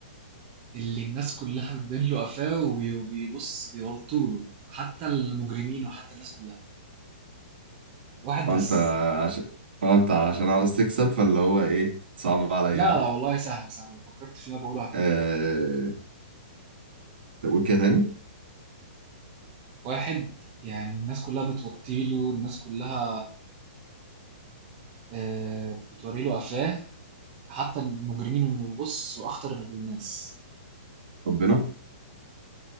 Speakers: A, on the right (about 20°); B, on the right (about 60°).
A: اللي الناس كلها بتبين له قفاه وبي- وبيبص بيبطوا له حتى المجرمين وحتى الناس كلها واحد
B: اه
A: بس
B: انت عشان اه انت عشان عاوز تكسب فاللي هو ايه صعب عليا
A: لا لا والله سهلة سهلة لو فكرت في اللي أنا بقوله هتجيبها
B: أه...
A: يعني
B: تقول كده تاني
A: واحد يعني الناس كلها بتوطيله الناس كلها آه، بتوري له قفاه حتى المجرمين انه بص واخطر الناس
B: ربنا